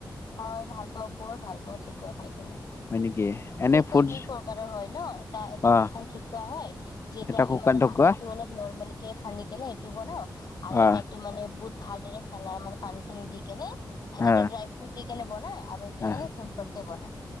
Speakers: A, on the left; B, on the left.
A: হয় ভাল পাওঁ বৰ ভাল পাওঁ ঠিকুৱা খাই কিনে
B: হয় নেকি এনে
A: ঠেকুৱা
B: ফুডছ
A: দুই প্ৰকাৰৰ হয় ন এটা এটা
B: অ
A: শুকান ঠেকুৱা হয় যিটো
B: এটা
A: আমি
B: শুকান
A: মানে
B: ঠকুৱা
A: আনটো অলপ ন ক খানি কেনে এইটো বনাওঁ আৰু
B: অ
A: এটাতো মানে বুত ভালদৰে খানাই মানে পানী চানী দি কেনে এটাতটো
B: অ
A: ড্ৰাই ফ্ৰুট দি কেনে বনাই আৰু এইটো
B: অ
A: এনেই চিম্পল কে বনাই